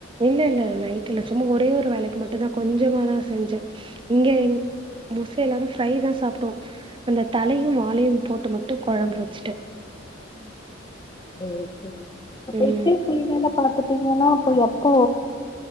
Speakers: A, on the right; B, on the left.
A: இல்ல இல்ல நைட் இல்ல சும்மா ஒரே ஒரு வேளைக்கி மட்டும்தா கொஞ்சமாதா செஞ்சே. இங்க மோஸ்ட்லி எல்லாரு ஃப்ரைதா சாப்ட்டோம் அந்த தலையும் வாலையும் போட்டு மட்டு கொழம்பு வச்சுட்டோ
B: ம் ம் டைரக்டு அப்ப
A: ம்
B: இப்பய சீன் எல்லா பாத்துட்டீங்கன்னா அப்ப எப்போ